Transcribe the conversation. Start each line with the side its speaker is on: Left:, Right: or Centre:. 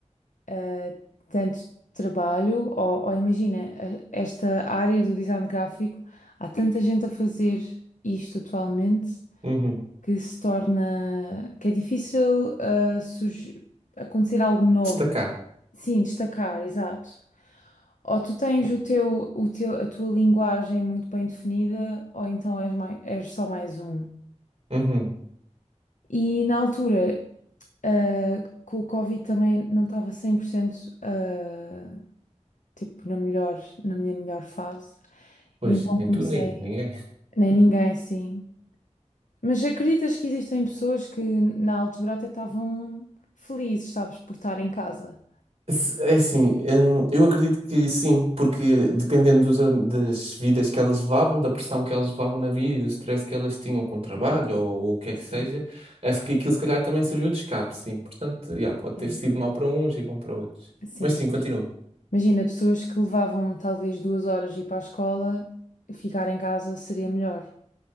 Left: eh, tanto trabalho, ou, ou imagina, eh, esta área do design gráfico, há tanta gente a fazer isto atualmente
Right: uhum.
Left: que se torna, que é difícil eh, surgi- acontecer algo novo.
Right: Destacar.
Left: Sim, destacar, exato. Ou tu tens o teu, o teu, a tua linguagem muito bem definida, ou então és, mai- és só mais um.
Right: Uhum.
Left: E na altura, ah, com o Covid também não estava cem por cento eh, tipo, na melhor, na minha melhor fase.
Right: Pois,
Left: E então
Right: nem
Left: comecei,
Right: tu, nem ninguém.
Left: nem ninguém assim. Mas acreditas que existem pessoas que na altura até estavam felizes, sabes, por estar em casa?
Right: Se- É assim, hum, eu acredito que sim, porque dependendo dos am- das vidas que elas levavam, da pressão que elas levavam na vida e do stress que elas tinham com o trabalho ou, o que é
Left: Sim,
Right: que seja, acho que aquilo se calhar também serviu de escape, sim. Portanto, já, pode
Left: sim,
Right: ter sido mau para uns e bom para outros.
Left: sim.
Right: Mas sim, continua.
Left: Imagina, pessoas que levavam talvez duas horas ir para a escola, ficar em casa seria melhor,